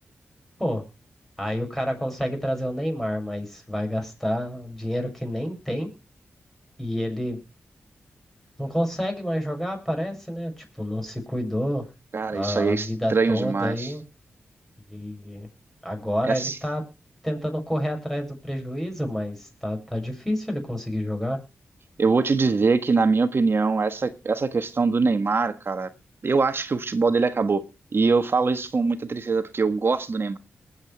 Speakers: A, in the centre; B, on the right.
A: Pô, aí o cara consegue trazer o Neymar, mas vai gastar dinheiro que nem tem e ele não consegue mais jogar, parece, né? Tipo, não se cuidou
B: Cara,
A: a,
B: isso aí é
A: a
B: estranho
A: vida toda
B: demais.
A: aí. E agora
B: Essa,
A: ele tá tentando correr atrás do prejuízo, mas tá, tá difícil ele conseguir jogar.
B: eu vou te dizer que, na minha opinião, essa, essa questão do Neymar, cara, eu acho que o futebol dele acabou. E eu falo isso com muita tristeza, porque eu gosto do Neymar.